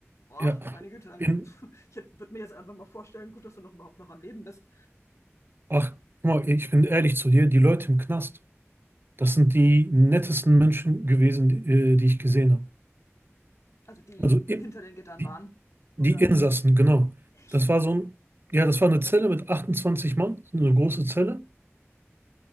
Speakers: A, on the left; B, on the right.
A: Boah,
B: Ja,
A: meine Güte. <laughs>
B: in,
A: Ich würde mir jetzt einfach mal vorstellen, gut, dass du noch überhaupt noch am Leben bist.
B: ach, guck mal, ich bin ehrlich zu dir, die Leute im Knast, das sind die nettesten Menschen gewesen, die, äh, die ich gesehen habe.
A: Also die
B: Also im,
A: hinter den Gittern
B: die,
A: waren, oder?
B: die Insassen, genau.
A: Echt?
B: Das war so ein, ja, das war eine Zelle mit 28 Mann, so eine große Zelle.